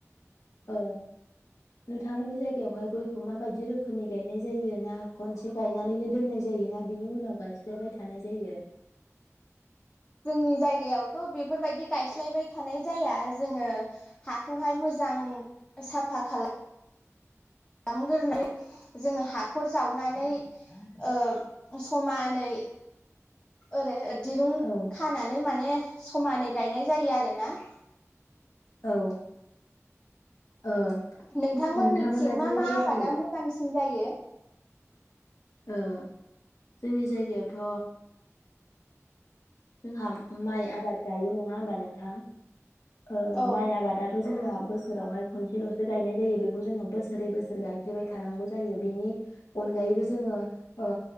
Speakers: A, on the left; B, on the left.
A: औ नोंथांमोननि जायगायावहाय गयखौ माबायदि रोखोमनि गायनाय जायो ना खनसे गायनानैनो दोननाय जायो ना बिनि उनाव गायस्लायबाय थानाय जायो ।
B: जोंनि जायगायाव थ' बेफोरबायदि गायस्लायबाय थानाय जाया जोङो हाखौहाय मो जां साफा खालाम खालाम ग्रोनानै जोङो हाखर जावनानै ओ समानै ओरै दिरुं
A: औ
B: खानानै माने समानै गायनाय जायो आरो ना ।
A: औ ओ
B: नोंथांमोननिथिं
A: नोंथांमोना
B: मा
A: जे
B: मा
A: गयखौ
B: आबादा मोजांसिन जायो?
A: ओ जोंनि जायगायावथ' जोंहा माइ आबाद जायो नङा होमबा नोंथां? ओ
B: औ
A: माइ आबादाथ' जोंना बो सोरावहाय खनसेल'सो गायनाय जायो बेखौ जोङो बोसोरै बोसोर गायफ्लेबाय थानांगौ जायो बिनि अनगायैबो जोङो ओ